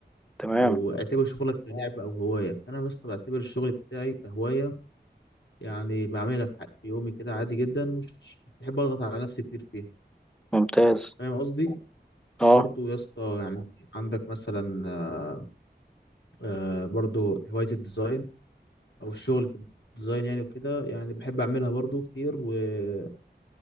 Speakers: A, in the centre; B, on the left.
A: تمام
B: او اعتبر شغلك كلعبه او هوايه فانا بس بعتبر الشغل بتاعي كهوايه يعني بعملها في حق- في يومي كده عادي جدا مش مش بحب اضغط على نفسي كتير فيها
A: ممتاز
B: فاهم قصدي
A: اه
B: برضو يا اسطى يعني عندك مثلا آه، آه، برضو هواية الديزاين أو الشغل في الديزاين يعني وكده يعني بحب أعملها برضو كتير وبحب